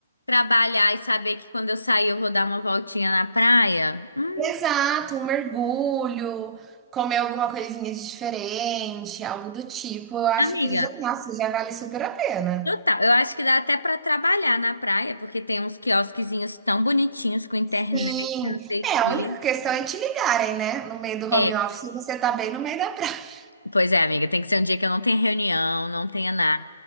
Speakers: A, on the left (about 80°); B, on the right (about 15°).
A: trabalhar e saber que quando eu sair eu vou dar uma voltinha na praia. Hum,
B: Exato, um mergulho, comer alguma coisinha de diferente, algo do tipo, eu acho
A: amiga,
B: que já, nossa, já vale super a pena.
A: total. Eu acho que dá até pra trabalhar na praia, porque tem uns quiosquezinhos tão bonitinhos com internet,
B: Sim,
A: não sei
B: é,
A: o quê.
B: a única questão é te ligarem, né? No meio do
A: É,
B: home office, você tá bem no meio da praia.
A: pois é, amiga, tem que ser um dia que eu não tenha reunião, não tenha nada.